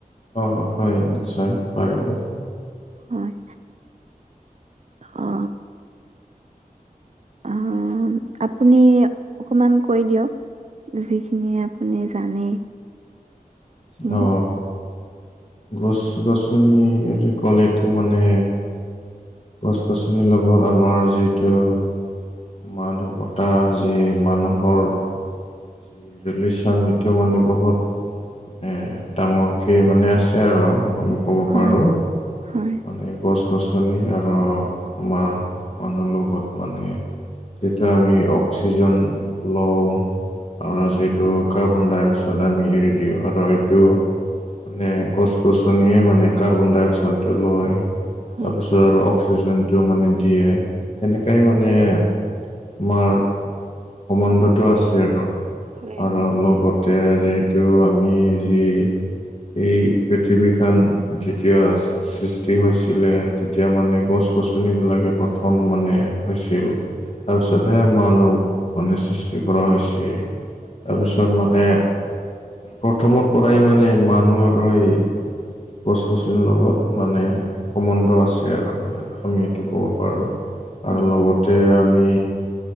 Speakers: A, on the left (about 45°); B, on the right (about 45°).
A: অ হয় নিশ্চয় পাৰিব
B: হয় অ অ আপুনি অকণমান কৈ দিয়ক যিখিনি আপুনি জানে সেইখিনি
A: অ গছ গছনি বুলি ক'লেটো মানে গছ গছনিৰ লগত আমাৰ যিহেতু মানৱতা যি মানুহৰ যি ৰিলিচান সেইটো মানে বহুত মানে ডাঙৰকে মানে আছে আৰু আমি ক'ব
B: হয়
A: পাৰোঁ
B: হয়
A: মানে গছ - গছনি আৰু আমাৰ মানুহ লগত মানে যেতিয়া আমি অক্সিজেন লওঁ আৰু যিহেতু কাৰ্বন ডাই অক্সাইড আমি এৰি দিওঁ আৰু এইটো মানে গছ - গছনিয়ে মানে কাৰ্বন ডাই অক্সাইডটো লয়,
B: হয়
A: তাৰপিছ ধৰ অক্সিজেনটো মানে দিয়ে সেনেকেই মানে আমাৰ সম্বন্ধটো আছে আৰু।
B: হয়
A: আৰু
B: হয়
A: লগতে যিহেতু আমি যি এই পৃথিৱীখন দ্বিতীয়চ সৃষ্টি হৈছিলে তেতিয়া মানে গছ - গছনিবিলাকে প্ৰথম মানে হৈছিল। তাৰপিছতহে মানুহ মানে সৃষ্টি কৰা হৈছে
B: হয়
A: তাৰপিছত মান মানে প্ৰথমত পৰাই মানে মানুহ আৰু এই গছ- গছনি লগত মানে সম্বন্ধ আছে আৰু আমি এইটো ক'ব পাৰোঁ আৰু
B: হয়
A: লগত তে আমি